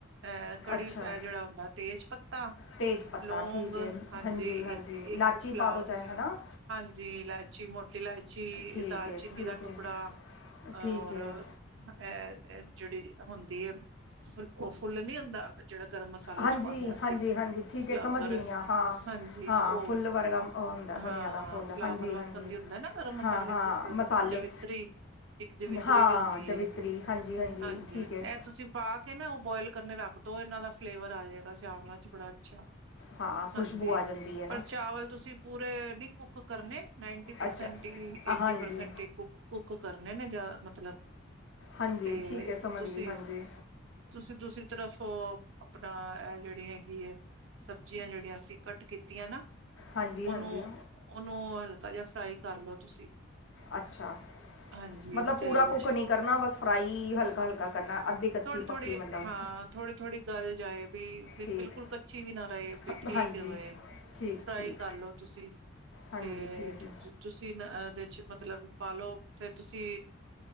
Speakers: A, on the right; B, on the left.
A: ਐ ਕੜੀ
B: ਅੱਛਾ
A: ਐ ਜੇੜਾ ਹੁੰਦਾ ਤੇਜ ਪੱਤਾ
B: ਤੇਜ ਪੱਤਾ
A: ਲੌਗ
B: ਠੀਕ ਹੈ
A: ਹਾਂਜੀ
B: ਹਾਂਜੀ
A: ਇੱਕ-ਇੱਕ
B: ਲਾਚੀ
A: ਫਲਾਵ
B: ਪਾ ਦਿਓ ਚਾਹੇ ਹੈ ਨਾ
A: ਹਾਂਜੀ ਇਲਾ ਇਚੀ ਮੋਟੀ ਲਾਇਚੀ
B: ਠੀਕ
A: ਦਾਲਚੀਨੀ
B: ਹੈ ਠੀਕ
A: ਦਾ ਟੁਕੜਾ
B: ਹੈ ਠੀਕ
A: ਔਰ
B: ਹੈ
A: ਐਹ ਜੇੜੀ ਹੁੰਦੀ ਐ ਫੁ ਉਹ ਫੁੱਲ ਨੀ ਹੁੰਦਾ ਜੇੜਾ ਗਰਮ ਮਸਾਲੇ
B: ਹਾਂਜੀ
A: ਚ ਪਾਂਨੇ ਆਂ ਅਸੀਂ
B: ਹਾਂਜੀ ਹਾਂਜੀ ਠੀਕ
A: ਫਲਾਵਰ,
B: ਹੈ ਸਮਝ ਗਈ ਹਾਂ ਹਾਂ
A: ਹਾਂਜੀ
B: ਹਾਂ
A: ਓ
B: ਫੁੱਲ ਵਰਗਾ ਉਹ ਹੁੰਦਾ
A: ਹਾਂ
B: ਬਨਿਆ ਦਾ ਫੁੱਲ
A: ਫਲਾਵਰ
B: ਹਾਂਜੀ
A: ਵਕਣ
B: ਹਾਂਜੀ
A: ਦੀ ਹੁੰਦਾ ਨਾ ਗਰਮ ਮਸਾਲੇ
B: ਹਾਂ ਹਾਂ
A: ਚ ਇੱਕ
B: ਮਸਾਲੇ
A: ਜਵਿੱਤਰੀ ਇੱਕ ਜਵਿੱਤਰੀ
B: ਹਾਂ
A: ਵੀ ਹੁੰਦੀ
B: ਜਵਿਤਰੀ
A: ਏ,
B: ਹਾਂਜੀ
A: ਹਾਂਜੀ
B: ਠੀਕ ਹੈ
A: ਐ ਤੁਸੀਂ ਪਾ ਕੇ ਨਾ ਓ ਬੋਇਲ ਕਰਨੇ ਰੱਖਦੋ ਏਨਾਂ ਦਾ ਫਲੇਵਰ ਆ ਜੇਗਾ ਚਾਵਲਾਂ ਬੜਾ ਅੱਛਾ,
B: ਹਾਂ ਖੁਸ਼ਬੂ
A: ਹਾਂਜੀ
B: ਆ ਜਾਂਦੀ ਹੈ ਨਾ
A: ਪਰ ਚਾਵਲ ਤੁਸੀਂ ਪੂਰੇ ਨੀ ਕੁੱਕ ਕਰਨੇ। ਨਾਈਂਟੀ ਪਰਸੈਂਟ
B: ਅੱਛਾ
A: ਈ ਏਟੀ
B: ਹਾਂਜੀ
A: ਪਰਸੈਂਟ ਈ ਕੁ ਕੁੱਕ ਕਰਨੇ ਨੇ ਜਾਂ ਮਤਲਬ
B: ਹਾਂਜੀ
A: ਤੇ
B: ਠੀਕ ਐ ਸਮਝ
A: ਤੁਸੀਂ
B: ਗਈ ਹਾਂਜੀ।
A: ਤੁਸੀਂ ਦੂਸਰੀ ਤਰਫ ਓਹ ਅਪਣਾ ਐ ਜੇੜੀ ਹੈਗੀ ਏ ਸਬਜ਼ੀਆਂ ਜੇੜੀਆਂ ਅਸੀਂ ਕੱਟ ਕੀਤੀਆਂ ਨਾ
B: ਹਾਂਜੀ ਹਾਂਜੀ
A: ਓਨੂੰ-ਓਨੂੰ ਹਲਕਾ ਜਾ ਫਰਾਈ ਕਰ ਲੋ ਤੁਸੀਂ।
B: ਅੱਛਾ।
A: ਹਾਂਜੀ
B: ਮਤਲਬ
A: ਤੇਲ
B: ਪੂਰਾ ਕੁੱਕ
A: ਚ
B: ਨੀ ਕਰਨਾ ਬਸ ਫਰਾਈ ਹਲਕਾ-ਹਲਕਾ ਕਰਨੈ, ਅੱਦੀ ਕੱਚੀ
A: ਥੋੜੀ
B: ਪੱਕੀ ਮਤਲਬ
A: ਹਾਂ ਥੋੜੀ-ਥੋੜੀ ਗਲ ਜਾਏ ਬੀ ਬਿਲ
B: ਠੀਕ
A: ਬਿਲਕੁਲ ਕੱਚੀ ਵੀ ਨਾ ਰਏ ਵੀ
B: ਹ-
A: ਠੀਕ
B: ਹਾਂਜੀ
A: ਹੋਏ।
B: ਠੀਕ
A: ਫਰਾਈ
B: ਠੀਕ
A: ਕਰਲੋ ਤੁਸੀਂ।
B: ਹਾਂਜੀ।
A: ਤੇ
B: ਠੀਕ
A: ਔਤ
B: ਹੈ
A: ਤੁਸੀਂ ਨ ਏਦੇ ਚ ਮਤਲਬ ਪਾਲੋ ਫਿਰ ਤੁਸੀਂ